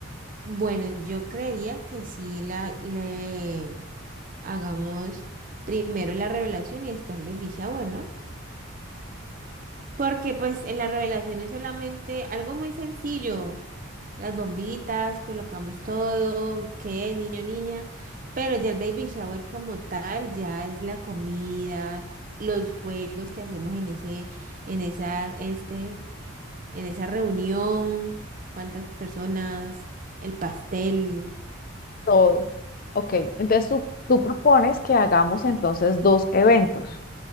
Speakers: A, on the right (about 40°); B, on the left (about 45°).
A: Bueno, yo creería que sí la, le hagamos primero la revelación y después el baby shower, ¿no? Porque pues en la revelación es solamente algo muy sencillo. Las bombitas, colocamos todo, que niño, niña. Pero ya el baby shower como tal, ya es la comida, los juegos que hacemos en ese, en esa, este, en esa reunión, cuántas personas, el pastel.
B: Todo. Ok, entonces tú, tú propones que hagamos entonces dos eventos.